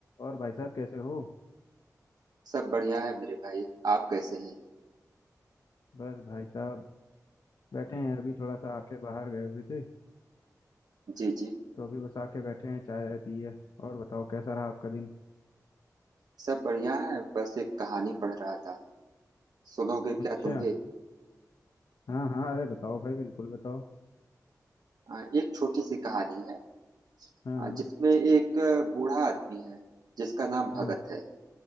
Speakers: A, on the left (about 80°); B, on the right (about 80°).
A: और भाई साहब कैसे हो
B: सब बढ़िया है मेरे भाई आप कैसे हैं
A: बस भाई साहब बैठे हैं अभी थोड़ा सा आके बाहर गए हुए थे
B: जी जी
A: तो अभी बस आके बैठे हैं चाय वाय पी है और बताओ कैसा रहा आपका दिन
B: सब बढ़िया है बस एक कहानी पढ़ रहा था सुनोगे
A: अच्छा
B: क्या तुम भी
A: हाँ हाँ अरे बताओ भाई बिल्कुल बताओ
B: आ, एक छोटी सी कहानी है
A: हाँ
B: आ,
A: हाँ
B: जिसमें एक आ, बूढ़ा आदमी है जिसका नाम
A: हाँ
B: भगत है